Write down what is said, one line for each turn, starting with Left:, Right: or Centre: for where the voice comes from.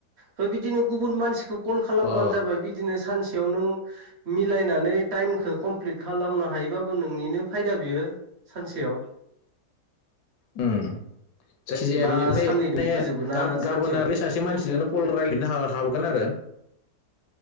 Right: बेम बिदिनो गुबुन मानसिखौ कल खालामबानो
Left: अ
Right: जाबाय बिदिनो सानसेयाव नों मिलायनानै टाइमखौ कमप्लिट खालामनो हायोबाबो नोंनिनो फायदा बियो सानसेयाव।
Left: जायखिजाया
Right: बा
Left: बेनिफ्राय
Right: साननैजों
Left: मे
Right: फोजोबो ना
Left: गाबोन
Right: सानसेयाव
Left: आरो बे सासे मानसिजोंनो कल रायज्लायनो हाबगोन आरो।